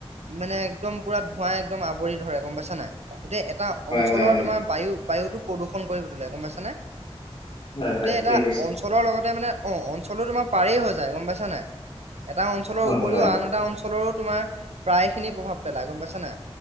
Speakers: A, on the right; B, on the left.
A: মানে একদম পুৰা ধোঁৱাই একদম আৱৰি ধৰে গম পাইছা নাই। গোটেই এটা
B: হয়,
A: অঞ্চলৰ
B: হয়, হয়।
A: তোমাৰ বায়ু বায়ুতটো প্ৰদূষণ কৰি তোলে গম পাইছা নে।
B: হয়,
A: গোটেই
B: হয়, ঠিকে
A: এটা
B: কৈছে।
A: অঞ্চলৰ লগতে মানে অ, অঞ্চলো তোমাৰ পাৰেই হৈ যায় গম পাইছা নাই। এটা অঞ্চলৰ
B: হয়,
A: উপৰিও
B: হয়।
A: আন এটা অঞ্চলৰো তোমাৰ প্ৰায় খিনি প্ৰভাৱ পেলাই গম পাইছা নাই।